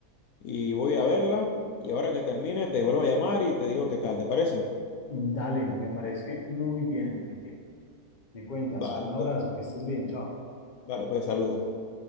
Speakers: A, on the left; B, on the left.
A: y voy a verla. Y ahora que termine, te vuelvo a llamar y te digo qué tal, ¿te parece?
B: Dale, me parece muy bien, Enrique. Me cuentas.
A: Vale,
B: Un abrazo,
A: pues,
B: que estés bien, chao.
A: vale, pues saludos.